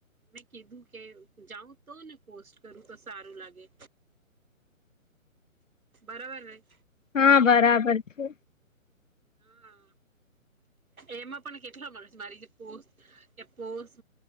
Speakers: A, on the right; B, on the left.
A: મે કીધું કે જાઉં તો ને પોસ્ટ કરું તો સારું લાગે બરોબર ર
B: હા બરાબર છે
A: હા એમાં પણ કેટલા મળે છે મારી જે પોસ્ટ એ પોસ્ટ